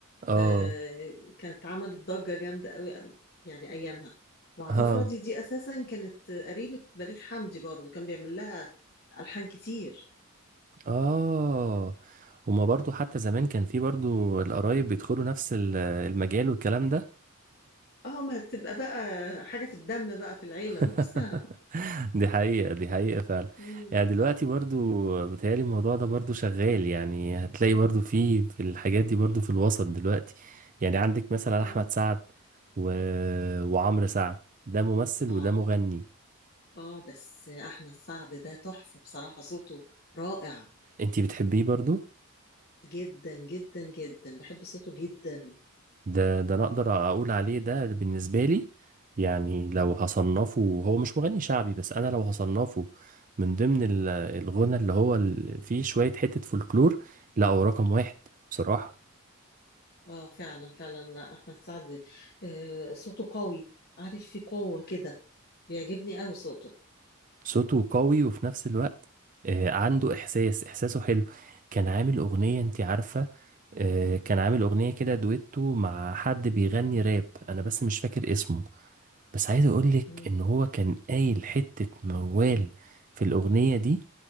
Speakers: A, on the right (about 35°); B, on the left (about 45°).
A: اه
B: آه، كانت عملت ضجة جامدة قوي يعني أيامها وعفاف
A: اه
B: راضي دي أساسا كانت قريبة بليغ حمدي برضو كان بيعمل لها ألحان كتير
A: اه هما برضو حتى زمان كان في برضو القرايب بيدخلوا نفس ال- المجال والكلام ده
B: اه ما بتبقى بقى حاجة في الدم بقى في العيلة
A: <laughs>
B: <laughs> نفسها
A: دي حقيقة دي حقيقة فعلا
B: مم.
A: يعني دلوقتي برضو بتهيألي الموضوع ده برضو شغال يعني هتلاقي برضو في في الحاجات دي برضو في الوسط دلوقتي يعني عندك مثلا
B: اه
A: أحمد سعد و... وعمرو سعد ده ممثل
B: اه
A: وده مغني
B: اه بس أحمد سعد ده تحفة بصراحة صوته رائع
A: انتي بتحبيه برضو
B: جدا جدا جدا بحب صوته جدا
A: ده ده أنا أقدر أقول عليه ده بالنسبة لي يعني لو هصنفه هو مش مغني شعبي بس أنا لو هصنفه من ضمن ال- الغنى اللي هو ال- فيه شوية حتة فولكلور لا هو رقم واحد بصراحة
B: اه فعلا فعلا أحمد سعد آه صوته قوي عارف في قوة كده بيعجبني قوي صوته
A: صوته قوي وفي نفس الوقت آه، عنده احساس احساسه حلو كان عامل اغنية انت عارفة آه، كان عامل اغنية كده دويتو مع حد بيغني راب انا بس مش فاكر اسمه بس عايز اقولك
B: مم.
A: ان هو كان قايل حتة موال في الاغنية دي